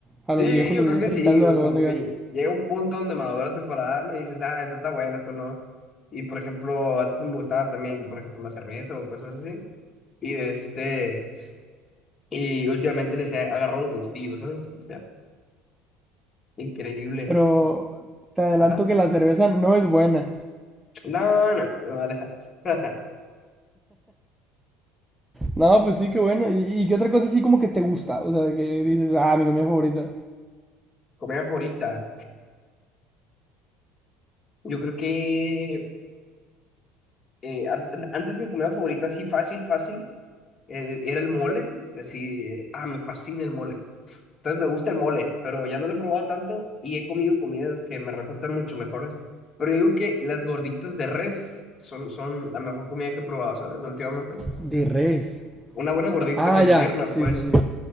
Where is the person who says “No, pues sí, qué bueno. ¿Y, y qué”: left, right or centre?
Centre